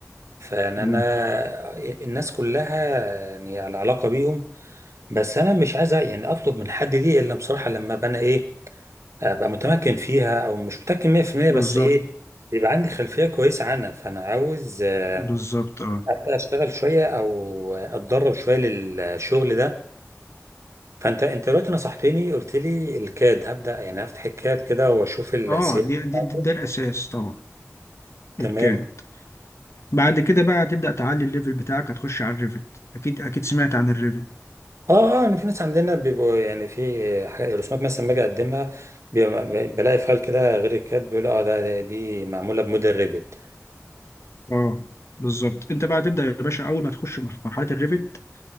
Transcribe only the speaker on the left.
مم.
بالظبط
بالظبط اه
اه دي, دي,
دي ده الاساس طبعا
الكاد بعد كده بقى هتبدا تعلي الليفل بتاعك هتخش على الريفت اكيد اكيد سمعت عن الريفت
اه بالظبط انت بقى تبدا يا باشا اول ما تخش في مرحله الريفت